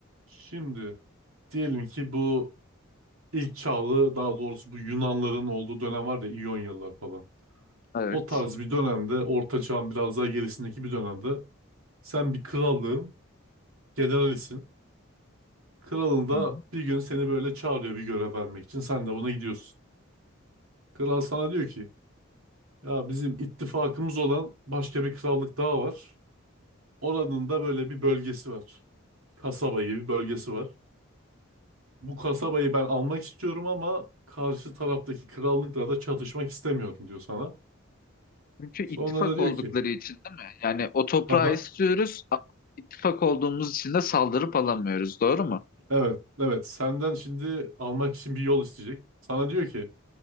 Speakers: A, on the right; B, on the left.
A: Şimdi diyelim ki bu ilk çağlı daha doğrusu bu Yunanların olduğu dönem var ya İyonyalılar falan.
B: Evet.
A: O tarz bir dönemde Orta Çağ'ın biraz daha gerisindeki bir dönemde sen bir krallığın generalisin. Kralın da
B: Hı hı.
A: bir gün seni böyle çağırıyor bir görev vermek için. Sen de buna gidiyorsun. Kral sana diyor ki ya bizim ittifakımız olan başka bir krallık daha var. Oranın da böyle bir bölgesi var. Kasaba gibi bir bölgesi var. Bu kasabayı ben almak istiyorum ama karşı taraftaki krallıkla da çatışmak istemiyorum diyor sana.
B: Çünkü
A: Sonra
B: ittifak
A: da diyor
B: oldukları
A: ki,
B: için değil mi? Yani o toprağı
A: haha
B: istiyoruz ama ittifak olduğumuz için de saldırıp alamıyoruz. Doğru mu?
A: evet evet senden şimdi almak için bir yol isteyecek. Sana diyor ki